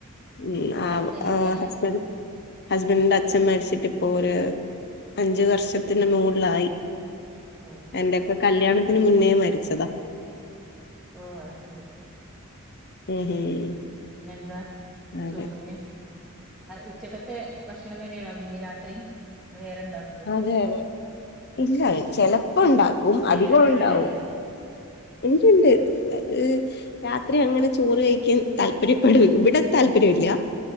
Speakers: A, on the left; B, in the centre.
A: ഉ, ആഹ്
B: അച്ഛനില്ല
A: ഹസ്ബൻഡ് ഹസ്ബൻഡിന്റെ അച്ഛൻ മരിച്ചിട്ട് ഇപ്പോ ഒരു അഞ്ചു വർഷത്തിന്റെ മുകളിലായി
B: ആഹ്
A: എന്റെക്കെ കല്യാണത്തിന് മുന്നേ മരിച്ചതാ
B: ഓഹ് അത് ശരി
A: ഉം ഉം
B: പിന്നെന്താ
A: അതെ
B: ചോറിന് ഉച്ചക്കത്തെ ഭക്ഷണം തന്നെയാണോ പിന്നെ രാത്രിയും വേറെണ്ടാകൊ
A: അതെ അതെ ഇല്ല ചെലപ്പോ ഉണ്ടാക്കും, അധികം
B: അങ്ങനെ പരിപാടിയൊന്നുമില്ല
A: ഉണ്ടാവും ഇണ്ടിണ്ട്
B: ആഹ്
A: അത് രാത്രി അങ്ങനെ ചോറ് കഴിക്കാൻ താല്പര്യപ്പെട, ഇവിടെ താല്പര്യമില്ല